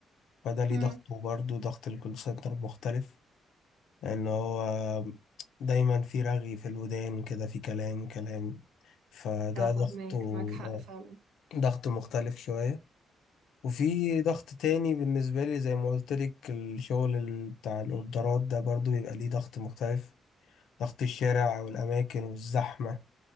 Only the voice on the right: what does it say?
امم
اه فاهمك
معاك حق
فعلا